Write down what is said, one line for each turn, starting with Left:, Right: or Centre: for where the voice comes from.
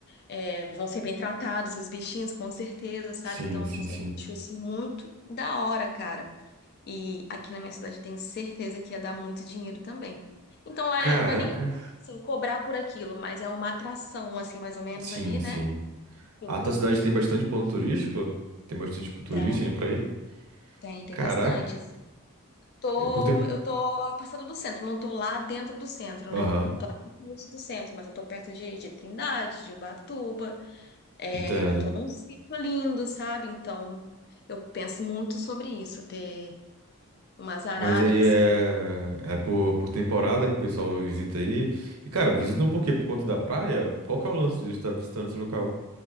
Left: é, vão ser bem tratados os bichinhos, com certeza, sabe?
Right: Sim,
Left: Então,
Right: sim, sim.
Left: eu acho isso muito da hora, cara. E aqui na minha cidade eu tenho certeza que ia dar muito dinheiro também. Então é,
Right: Caraca.
Left: não é nem assim, cobrar por aquilo, mas é uma atração, assim, mais ou menos
Right: Sim,
Left: ali,
Right: sim.
Left: né? Enfim,
Right: A tua cidade tem bastante ponto turístico? Tem bastante, tipo, turista
Left: tem,
Right: indo pra aí?
Left: tem, tem
Right: Caraca.
Left: bastante, assim. Tô,
Right: É por tempo.
Left: eu tô a passada do centro, não tô lá dentro do centro,
Right: Aham,
Left: né? Longe Do centro, mas eu tô perto de, de Trindade, de Ubatuba. É,
Right: entendo.
Left: eu tô num sítio lindo, sabe? Então, eu penso muito sobre isso, ter umas araras,
Right: Mas aí
Left: assim,
Right: é, é por, por temporada que o pessoal visita aí. E, cara, visitam por quê? Por conta da praia? Qual que é o lance de estar visitando esse local?